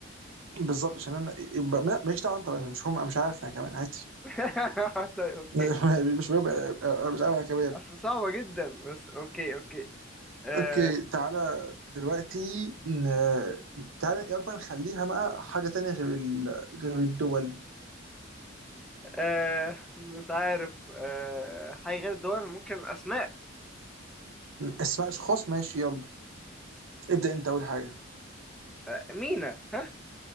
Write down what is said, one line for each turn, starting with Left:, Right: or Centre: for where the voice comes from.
Right: بالظبط عشان انا يبقى لا مالكش دعوه انت بقى، انا مش هم مش عارف انا كمان عادي
Centre: <laughs> طيب اوكي
Right: <laughs> مش مهم أنا مش عارف انا كمان
Centre: أصل صعبة جدا بس أوكي أوكي آه
Right: اوكي تعالى دلوقتي ن- تعالى يلا بقى نخليها بقى حاجه تانية غير ال... غير الدول
Centre: آه مش عارف آه حاجة غير الدول ممكن أسماء
Right: اسماء اشخاص ماشي يلا ابدا انت اول حاجه
Centre: آه مينا ها